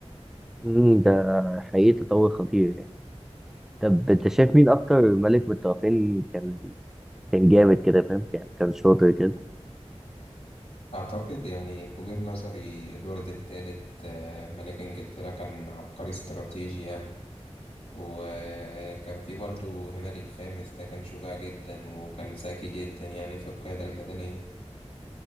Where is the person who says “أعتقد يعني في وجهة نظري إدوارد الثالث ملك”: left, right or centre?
Left